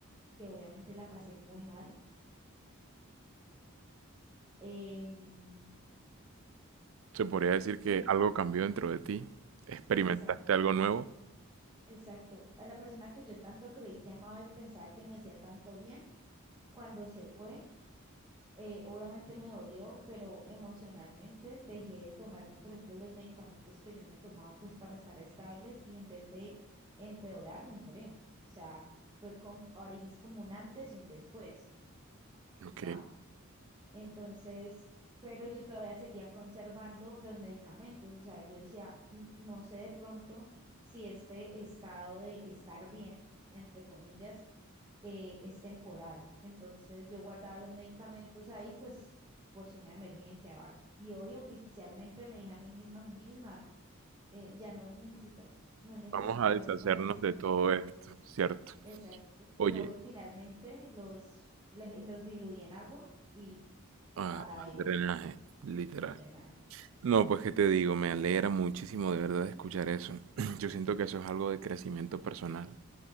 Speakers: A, on the right; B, on the right.
A: que obviamente la pasé muy mal, em,
B: Se podría decir que
A: en-
B: algo cambió dentro de ti, experimentaste
A: exacto,
B: algo nuevo.
A: exacto, a la persona que yo tanto creí que amaba y pensaba que me hacía tanto bien, cuando se fue, eh, obviamente me dolió, pero emocionalmente dejé de tomarme, por ejemplo, los medicamentos que yo me tomaba pues para estar estables y en vez de empeorar, mejoré. O sea, fue como, ahora sí es como un antes y un después,
B: Ok,
A: ¿ya? Entonces, pero yo todavía seguía conservando los medicamentos, o sea, yo decía, "N- no sé de pronto si este estado de estar bien, entre comillas, eh, es temporal. Entonces yo guardaba los medicamentos ahí, pues por si una emergencia o algo. Y hoy oficialmente me dije a mí misma, misma, eh, ya no los necesitas, no necesitas
B: vamos a deshacernos
A: más estos
B: de
A: medicamentos.
B: todo esto, ¿cierto?
A: Exacto. Y
B: Oye,
A: hoy finalmente los, le- los diluí en agua y
B: ah,
A: para
B: al
A: el,
B: drenaje, literal.
A: el drenaje.
B: No, pues qué te digo, me alegra muchísimo de verdad escuchar eso. <clears throat> Yo siento que eso es algo de crecimiento personal.